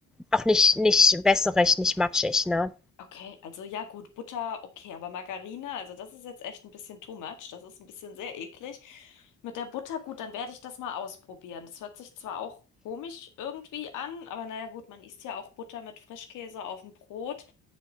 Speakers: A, in the centre; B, on the left (about 85°).
A: auch nicht, nicht wässerig, nicht matschig, ne?
B: Okay, also ja gut, Butter, okay, aber Margarine, also das ist jetzt echt ein bisschen too much. Das ist ein bisschen sehr eklig. Mit der Butter, gut, dann werde ich das mal ausprobieren. Das hört sich zwar auch komisch irgendwie an, aber naja gut, man isst ja auch Butter mit Frischkäse auf dem Brot.